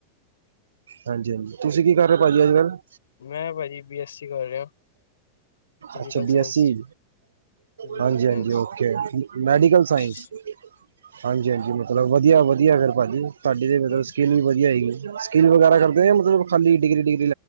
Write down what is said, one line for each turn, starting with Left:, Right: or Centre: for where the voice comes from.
Right: ਹਾਂਜੀ ਹਾਂਜੀ ਤੁਸੀਂ ਕੀ ਕਰ ਰਹੇ ਹੋ ਭਾਜੀ ਅੱਜ ਕੱਲ੍ਹ
Left: ਮੈਂ ਭਾਜੀ ਬੀ ਐੱਸ ਸੀ ਕਰ ਰਿਹਾ ਫਿਜ਼ੀਕਲ
Right: ਅੱਛਾ ਬਿਆਸੀ,
Left: ਸਾਇੰਸ ਫਿਜ਼ੀਕਲ
Right: ਹਾਂਜੀ
Left: ਸਾਇੰਸ
Right: ਹਾਂਜੀ ਓਕੇ ਮੈਡੀਕਲ ਸਾਇੰਸ
Left: ਹਾਂਜੀ
Right: ਹਾਂਜੀ ਹਾਂਜੀ ਮਤਲਬ ਵਧੀਆ ਵਧੀਆ ਫਿਰ ਭਾਜੀ ਤੁਹਾਡੀ ਤਾਂ ਮਤਲਬ
Left: ਹਾਂਜੀ
Right: ਸਕਿੱਲ ਵੀ ਵਧੀਆ ਹੋਏਗੀ। <unintelligible> <unintelligible> ਵਗੈਰਾ ਕਰਦੇ ਆ ਮਤਲਬ ਖਾਲੀ ਡਿਗਰੀ ਡ